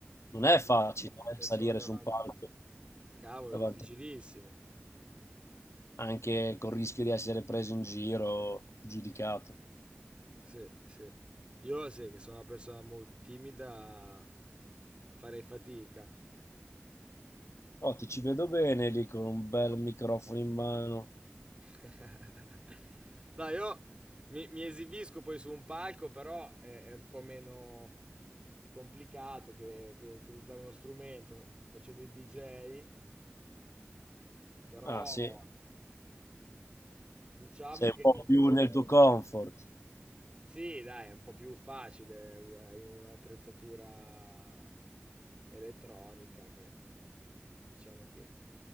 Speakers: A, on the left; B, on the right.
A: Non
B: e,
A: è facile
B: e
A: eh, salire
B: suona davanti.
A: su un palco
B: Cavolo,
A: davanti
B: è difficilissimo.
A: anche con il rischio di essere preso in giro, giudicato.
B: Sì, sì. Io sì, che sono una persona molto timida, farei fatica.
A: Oh, ti ci vedo bene lì con un bel microfono in mano.
B: <laughs> Dai, io mi, mi esibisco poi su un palco, però è, è un po' meno complicato che, che utilizzare uno strumento facendo il DJ, però
A: Ah, sì,
B: diciamo
A: sei
B: che...
A: un po' più nel tuo comfort.
B: Sì, dai, è un po' più facile, u- hai un'attrezzatura elettronica che diciamo che